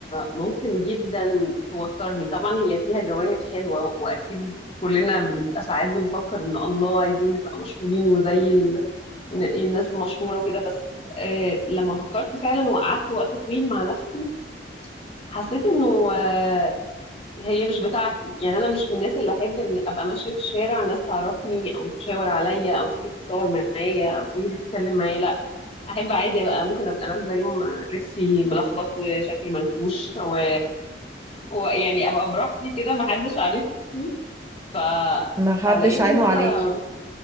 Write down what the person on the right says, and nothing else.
ما حدش
عينه
عليكي